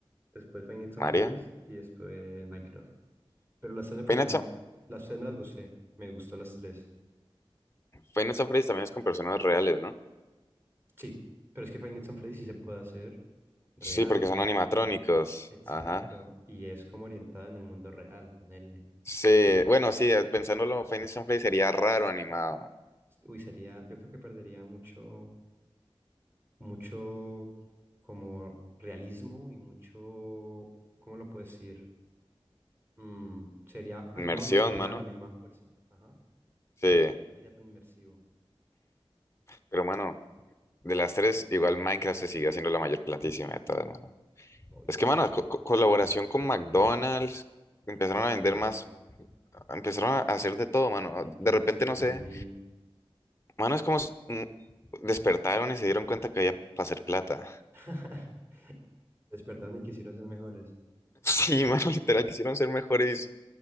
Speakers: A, on the right; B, on the left.
A: después Five Nights
B: ¿María?
A: at Freddy's y después Minecraft. Pero las tres me parecieron,
B: Five Nights
A: las tres me las gusté, me gustó las tres.
B: Final Freddy también es con personas reales, ¿no?
A: Sí, pero es que Five Nights at Freddy's sí se puede hacer. Real,
B: Sí, porque son animatrónicos.
A: exacto.
B: Ajá.
A: Y es como orientado en el mundo real, ponerle.
B: Sí, bueno, sí, eh, pensándolo, Final Freddy sería raro animado.
A: Uy, sería, yo creo que perdería mucho, mucho como realismo y mucho, ¿cómo lo puedo decir? Mm, sería animado,
B: Inmersión,
A: no daría
B: mano.
A: la misma fuerza. Ajá.
B: Sí,
A: No sería tan inmersivo,
B: pero mano, de las tres, igual Minecraft se sigue haciendo la mayor platísima de todas, mano.
A: obviamente.
B: Es que, mano, co- co- colaboración con McDonald's, empezaron
A: En todo el
B: a vender
A: lado.
B: más, empezaron a hacer de todo, mano.
A: En Miniso
B: De repente,
A: también
B: no sé,
A: vi.
B: mano, es como s- mm, despertaron y se dieron cuenta que había para hacer plata. <laughs>
A: <laughs> Se despertaron y quisieron ser mejores.
B: Sí, mano, literal, quisieron ser mejores